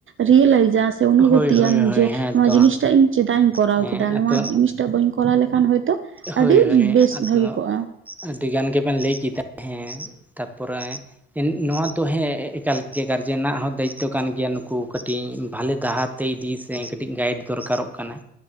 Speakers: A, on the right (about 40°); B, in the centre.
A: ᱨᱤᱭᱮ ᱞᱟᱭᱤᱡᱟ᱾ ᱚᱱᱩᱵᱷᱩᱛᱤᱭᱟᱢ
B: ᱦᱳᱭ ᱦᱳᱭ ᱦᱳᱭ
A: ᱡᱮ
B: ᱦᱮᱸᱛᱚ
A: ᱱᱚᱣᱟ ᱡᱤᱱᱤᱥᱴᱟᱜ ᱤᱧ ᱪᱮᱫᱟᱜ ᱤᱧ ᱠᱚᱨᱟᱣ
B: ᱦᱮᱸ
A: ᱠᱮᱫᱟ
B: ᱟᱫᱚ
A: ᱱᱚᱣᱟ ᱡᱤᱱᱤᱥᱴᱟ ᱵᱟᱹᱧ ᱠᱚᱨᱟᱣ ᱞᱮᱠᱷᱟᱱ ᱦᱚᱭ ᱛᱚ
B: ᱦᱳᱭ
A: ᱟᱰᱤ
B: ᱦᱳᱭ
A: ᱵᱮᱥ
B: ᱟᱫᱚ
A: ᱵᱷᱟᱜᱤ ᱠᱚᱜ-ᱟ᱾
B: ᱟᱹᱰᱤ ᱜᱟᱱ ᱜᱮᱵᱮᱱ ᱞᱟᱹᱭ ᱠᱮᱫᱟ ᱦᱮᱸ ᱛᱟᱯᱚᱨᱮ᱾ ᱱᱚᱣᱟ ᱫᱚ ᱦᱮᱸ ᱮᱠᱟᱞᱜᱮ ᱜᱟᱨᱡᱮᱱᱟᱜ ᱦᱚᱸ ᱫᱟᱭᱤᱛᱛᱚ ᱠᱟᱱ ᱜᱮᱭᱟ ᱱᱩᱠᱩ ᱠᱟᱹᱴᱤᱡ ᱵᱷᱟᱞᱮ ᱰᱟᱦᱟᱨ᱾ ᱛᱮ ᱤᱫᱤ ᱥᱮ ᱠᱟᱹᱴᱤᱡ ᱜᱟᱭᱤᱰ ᱫᱚᱨᱠᱟᱨᱚᱜ ᱠᱟᱱᱟ